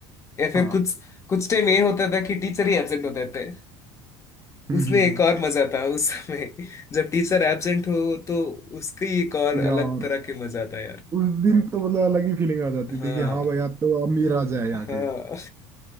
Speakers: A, on the left; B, on the right.
A: या फिर
B: हाँ
A: कुछ कुछ टाइम ये होता था कि टीचर ही एब्सेंट होते थे
B: हम्म
A: उसमें
B: हम्म
A: एक
B: हम्म।
A: और मजा था उस समय जब टीचर एब्सेंट हो तो उसकी एक और अलग
B: यार
A: तरह के मजा था यार
B: उस दिन तो मतलब अलग ही फीलिंग आ जाती
A: हाँ
B: थी कि हाँ भाई आप तो अमीर आ जाए
A: हाँ
B: आके